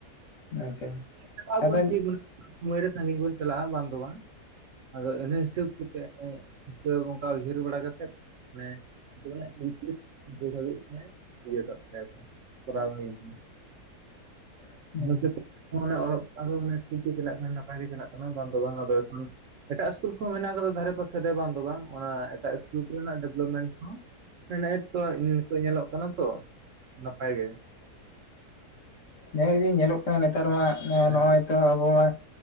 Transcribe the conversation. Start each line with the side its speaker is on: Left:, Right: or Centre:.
Left: ᱟᱪᱪᱷᱟ ᱟᱪᱪᱷᱟ
Right: ᱪᱟᱞᱟᱜ ᱟᱵᱚᱱ
Left: ᱟᱫᱚ
Right: ᱴᱷᱤᱠ ᱥᱚᱢᱚᱭ ᱨᱮ ᱥᱟᱺᱜᱤᱧ ᱵᱚᱱ ᱪᱟᱞᱟᱜᱼᱟ ᱵᱟᱝ ᱫᱚ ᱵᱟᱝ᱾ ᱟᱫᱚ ᱤᱱᱟᱹ ᱦᱤᱥᱟᱹᱵ ᱠᱟᱛᱮᱫ ᱚᱱᱠᱟ ᱩᱭᱦᱟᱹᱨ ᱵᱟᱲᱟ ᱠᱟᱛᱮᱫᱼᱼ ᱢᱟᱱᱮ ᱡᱩᱱ ᱩᱱᱛᱨᱤᱥ ᱦᱟᱵᱤᱡ ᱜᱮ ᱤᱭᱟᱹ ᱠᱟᱜ ᱛᱟᱯᱮᱭᱟ ᱠᱚ ᱠᱚᱨᱟᱣ ᱦᱩᱭ ᱠᱟᱱᱟ
Left: ᱦᱮᱸ
Right: ᱚᱱᱟᱹ ᱛᱮ ᱚᱞᱚᱜ ᱯᱟᱲᱦᱟᱣ ᱠᱚᱫᱚ ᱴᱷᱤᱠ ᱜᱮ ᱪᱟᱞᱟᱜ ᱠᱟᱱᱟ ᱱᱟᱯᱟᱭ ᱜᱮ ᱪᱟᱞᱟᱜ ᱠᱟᱱᱟ ᱵᱟᱝ ᱫᱚ ᱵᱟᱝ ᱟᱫᱚ ᱮᱠᱷᱚᱱ ᱮᱴᱟᱜ ᱤᱥᱠᱩᱞ ᱠᱚᱦᱚᱸ ᱢᱮᱱᱟᱜ ᱠᱟᱫᱟ ᱫᱷᱟᱨᱮ ᱯᱟᱥᱮ ᱨᱮ ᱵᱟᱝ ᱫᱚ ᱵᱟᱝ ᱚᱱᱟ ᱮᱴᱟᱜ ᱤᱥᱠᱩᱞ ᱠᱚᱨᱮᱱᱟᱜ ᱰᱮᱵᱷᱞᱚᱯᱢᱮᱱᱴ ᱦᱚᱸᱼᱼ ᱱᱮ ᱮᱸ ᱛᱚ ᱱᱤᱛᱚᱜ ᱧᱮᱞᱚᱜ ᱠᱟᱱᱟ ᱛᱚ ᱱᱟᱯᱟᱭ ᱜᱮ
Left: ᱱᱮ ᱡᱮ ᱧᱮᱞᱚᱜ ᱠᱟᱱᱟ ᱱᱮᱛᱟᱨ ᱢᱟ
Right: ᱦᱮᱸ
Left: ᱱᱚᱜᱼᱚᱭ ᱛᱚ ᱟᱵᱚ ᱢᱟᱼᱼ